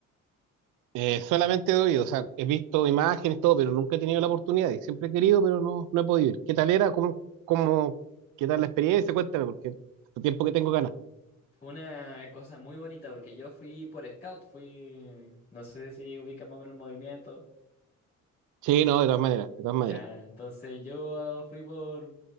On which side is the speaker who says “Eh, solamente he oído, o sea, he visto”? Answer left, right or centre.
Right